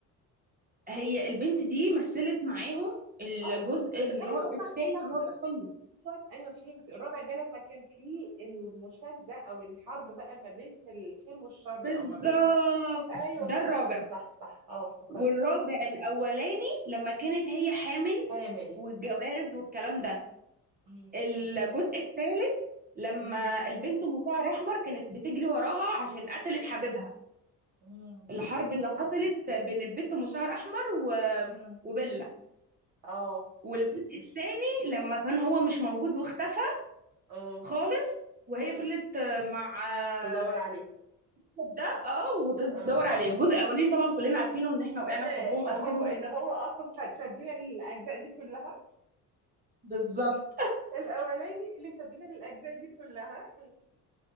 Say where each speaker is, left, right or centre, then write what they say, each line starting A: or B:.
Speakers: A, on the right; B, on the right.
A: هي البنت دي مثلت معاهم الجزء
B: اه
A: الرا...
B: ايوه
A: التاني
B: صح صح
A: الرابع كله
B: ايوه ايوه فهمت الرابع ده لما كان فيه المشادة او الحرب بقى ما بين الخير والشر
A: بالظبط
B: او ما بين ايوه
A: ده
B: افتكرت
A: الرابع
B: صح صح اه افتكرت
A: والرابع الاولاني لما كانت هي حامل
B: حامل
A: والجواز والكلام ده
B: مم،
A: الجزء
B: مم،
A: الثالث لما
B: مم،
A: البنت مشعر احمر كانت بتجري وراها عشان قتلت حبيبها
B: مم،
A: الحرب اللي حصلت بين البنت مشعر احمر و...
B: مم.
A: وبيلا
B: اه
A: والجزء
B: مش
A: الثاني لما كان هو مش موجود واختفى
B: اه
A: خالص وهي
B: مم.
A: فضلت آه، مع
B: تدور
A: آه،
B: عليه
A: ده اه وتدور
B: اه
A: عليه الجزء الاولاني طبعا كلنا عارفينه ان احنا
B: <laughs>
A: وقعنا في حبهم
B: هو
A: اساسا هم
B: اللي هو اصلا كان شدنا للاجزاء دي كلها
A: بالظبط
B: الاولاني اللي شدنا للاجزاء دي كلها <laughs>